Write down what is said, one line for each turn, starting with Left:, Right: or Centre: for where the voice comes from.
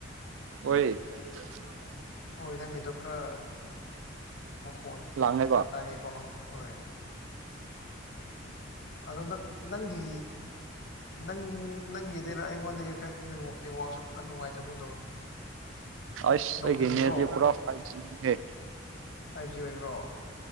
Right: ꯑꯣꯏꯣꯏ <unintelligible>
Left: ꯍꯣꯏ ꯅꯪꯒꯤꯗꯣ ꯈꯔ ꯃꯈꯣꯟ
Right: ꯂꯥꯡꯉꯦꯕ
Left: ꯈꯔ ꯇꯥꯏꯌꯦꯀꯣ ꯍꯣꯏ ꯑꯗꯣ ꯅ ꯅꯪꯒꯤ ꯅꯪ ꯅꯪꯒꯤꯗꯔ ꯑꯩꯉꯣꯟꯗꯒꯤ ꯈꯅꯤꯉꯥꯛꯁꯨ ꯈꯔ ꯅꯨꯡꯉꯥꯏꯇꯕꯣꯟ ꯇꯧꯏꯅꯦ
Right: ꯑꯁ
Left: ꯅꯣꯡ
Right: ꯑꯩꯒꯤ
Left: ꯆꯨꯕ꯭ꯔꯣ
Right: ꯅꯦꯠꯇꯤ ꯄꯨꯔꯥ ꯐꯥꯏꯚ ꯖꯤꯅꯤꯍꯦ
Left: ꯐꯥꯏꯚ ꯖꯤ ꯑꯣꯏꯕ꯭ꯔꯣ